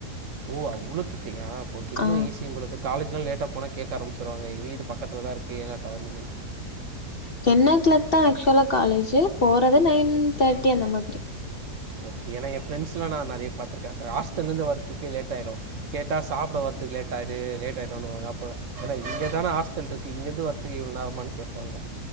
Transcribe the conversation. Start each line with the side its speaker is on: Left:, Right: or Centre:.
Right: ஓ அவ்ளோ கிட்டயா ஒங்களுக்கு இன்னும்
Left: ஆ
Right: ஈஸி உங்களுக்கு காலேஜ் எல்லாம் லேட் க போன கேக்க ஆரம்பிச்சிருவாங்கங்க வீடு பக்கத்துலதான் இருக்கு ஏன்னாட்ட நீங்க
Left: டென் ஒ கிலாக் தான் ஆக்சுவலா காலேஜ் போற து நைன் தேர்டி அந்த மாதிரி
Right: ஓகே ஏன்னா என் ஃப்ரெண்ட்ஸ்லாம் நிறைய பாத்துருக்கேன் ஹாஸ்டல்ல இருந்து வரதுக்கு லேட்யிடும் கேட்டா சாப்பிட வறதுக்குலேட் ஆயிட்டு லேட் ஆயிடும்வாங்க அப்ப ஏ இங்கதானே ஹாஸ்டல் இருக்கு இங்க இருந்து வரதுக்கு இவ்வள நேரமாகேட்பாங்க